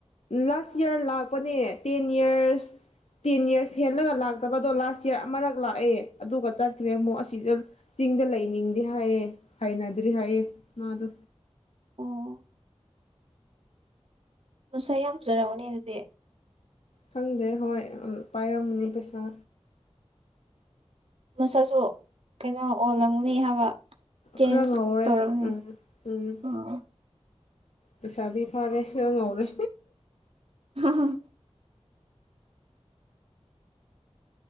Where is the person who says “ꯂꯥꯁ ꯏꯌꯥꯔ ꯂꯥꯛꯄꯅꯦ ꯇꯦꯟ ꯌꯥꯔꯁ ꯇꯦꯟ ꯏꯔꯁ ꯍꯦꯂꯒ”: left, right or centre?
Left